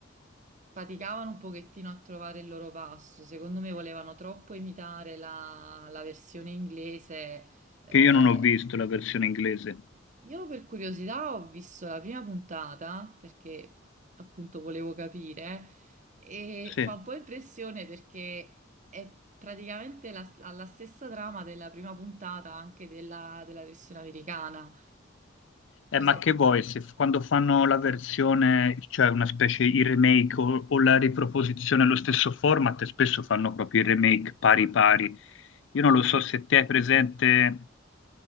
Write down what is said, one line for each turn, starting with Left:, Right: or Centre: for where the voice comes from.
Right: faticavano un pochettino a trovare il loro passo. Secondo me volevano troppo imitare la, la versione inglese, eh,
Left: Che io non ho visto la versione inglese.
Right: io per curiosità ho visto la prima puntata perché appunto volevo capire e
Left: Sì.
Right: fa un po' impressione perché è praticamente la, ha la stessa trama della prima puntata anche della, della versione americana.
Left: Eh,
Right: Se-
Left: ma che vuoi, se f- quando fanno la versione, cioè una specie il remake o, o la riproposizione allo stesso format, spesso fanno proprio il remake pari pari. Io non lo so se te hai presente,